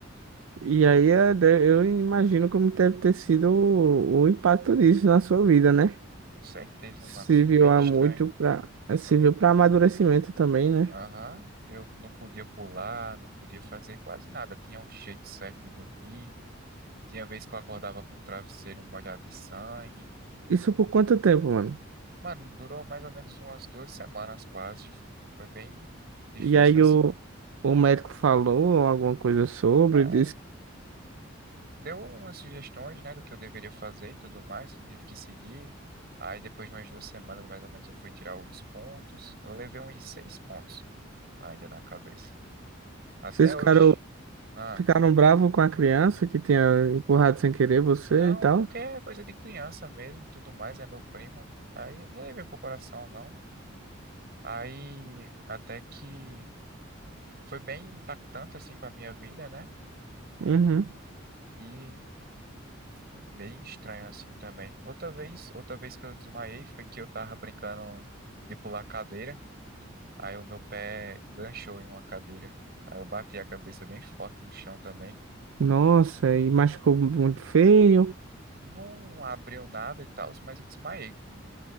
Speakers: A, on the right (about 70°); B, on the right (about 50°).
A: E aí eh, de- eu imagino como deve ter sido o, o impacto disso na sua vida, né?
B: Com certeza,
A: Serviu
B: mano. Isso foi bem
A: há
B: estranho.
A: muito pra. Serviu pra amadurecimento também, né?
B: Aham. Eu não podia pular, não podia fazer quase nada. Tinha um jeito certo de dormir. Tinha vez que eu acordava com o travesseiro molhado de sangue.
A: Isso por quanto tempo, mano?
B: Mano, durou mais ou menos umas duas semanas quase. Foi bem difícil,
A: E aí
B: assim.
A: o, o médico falou alguma coisa sobre,
B: É,
A: disse.
B: deu umas sugestões, né, do que eu deveria fazer e tudo mais. Eu tive que seguir. Aí, depois de umas duas semanas, mais ou menos, eu fui tirar os pontos. Eu levei uns seis pontos ainda na cabeça. Até
A: Vocês ficaram,
B: hoje. Ah,
A: ficaram bravos com a criança que tinha empurrado sem querer você
B: não,
A: e tal?
B: porque é coisa de criança mesmo, tudo mais, é meu primo. Aí não levei pro coração, não. Aí até que foi bem impactante assim pra minha vida, né?
A: Uhum.
B: E bem estranho assim também. Outra vez, outra vez que eu desmaiei foi que eu tava brincando de pular cadeira. Aí o meu pé enganchou em uma cadeira. Aí eu bati a cabeça bem forte no chão também.
A: Nossa, e machucou muito feio.
B: Não abriu nada e tal, mas eu desmaiei com